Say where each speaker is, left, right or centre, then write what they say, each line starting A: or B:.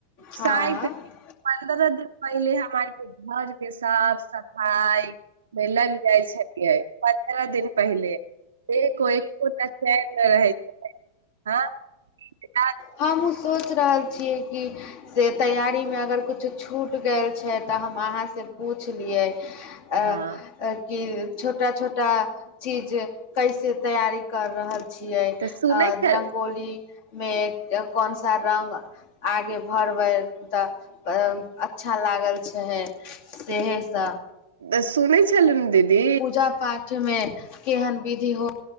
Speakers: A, on the left; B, on the right.
A: हँ
B: सा पन्द्रह दिन पहिले हम आर के घर के साफ सफाई मे लग जाय छलिये पंन्द्रह दिन पहि च रह हँ
A: हमहहुँ सोचि रहल छियै कि से तैयाररीमे अगर किुछो छूटि गेल छै तऽ हम अहाँसँ पुछलियै आ
B: हँ
A: की छोटा छोटा चीज कैसे तैयारी कर रहल छी छियै आ
B: तऽ सुनै छ
A: रङ्गोली मेघ कोन सा रङ्ग आगे भरबै तऽ अ अच्छा लागल छै चे सेहसँ
B: तऽ सुनै छलु दीदी
A: पूजा पाठ मे केहन विधि हो